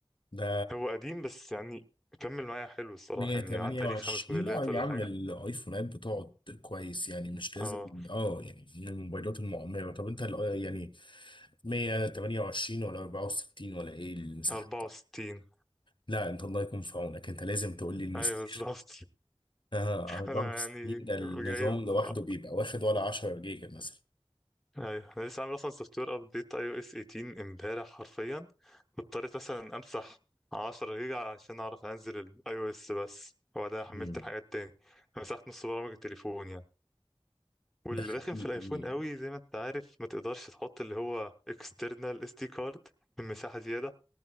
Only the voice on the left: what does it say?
ده
128
لا يا
عم
الايفونات بتقعد كويس يعني مش لازم
اه يعني من الموبايلات المعمره طب انت الآي- يعني 128 ولا 64 ولا ايه المساحه
بتاعتك؟ لا انت الله يكون في عونك انت لازم تقول لي المساحه
آه، 64
النظام
لوحده
بيبقى واخد ولا 10 جيجا مثلا
مم.
ده حقيقي